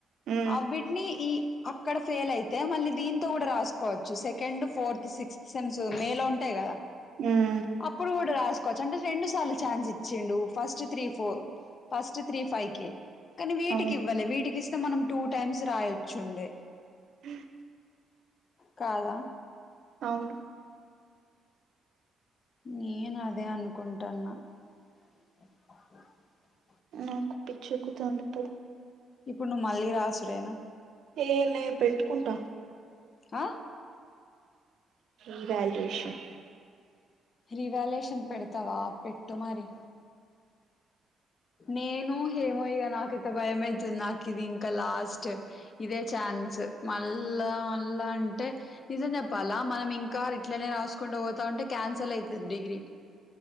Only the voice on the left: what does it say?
అ విట్ని ఈ అక్కడ ఫెయిల్ అయితే మళ్ళీ దీంతో కూడా రాసుకోవచ్చు సెకండ్ ఫోర్త్ సిక్స్త్ సెమ్స్ మేలో ఉంటాయి కదా
అప్పుడు కూడా రాసు చ్చ అంటే రెండు సార్లు ఛాన్స్ ఇచ్చిండు first three four first three five కి కానీ వీటికి
ఇవ్వాలే వీటికి ఇస్తే మనం టూ టైమ్స్ రాయొచ్చుండే
కాదా
నేను అదే అనుకుంటాన్నా ే <unintelligible>
ఇప్పుడు నువ్వు మళ్ళీ రాసుడేనా
ఆ
రివాల్యేషన్ పెడతావా పెట్టు మరి నేను ఏమయ్యా నాకైతే భయమేతుంది నాకు ఇది ఇంకా లాస్ట్ ఇదే ఛాన్స్ మళ్ళా మళ్ళా అంటే నిజం చెప్పాలా మనం ఇంకా ఇట్లనే రాసుకుంటూ పోతా ఉంటే క్యాన్సల్ అయితది డిగ్రీ